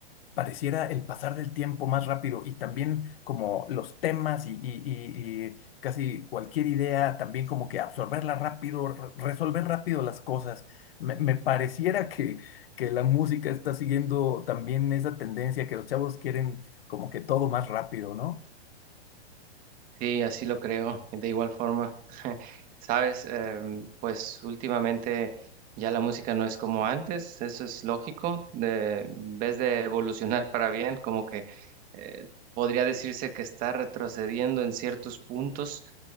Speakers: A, on the left; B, on the right.
A: pareciera el pasar del tiempo más rápido y también como los temas y, y- y- y casi cualquier idea, también como que absorberla rápido, re- resolver rápido las cosas. Me, me pareciera que, que la música está siguiendo también esa tendencia que los chavos quieren como que todo más rápido, ¿no?
B: Sí, así lo creo, de igual forma. <laughs> Sabes, Em, pues últimamente ya la música no es como antes, eso es lógico. De, en vez de evolucionar para bien, como que eh, podría decirse que está retrocediendo en ciertos puntos.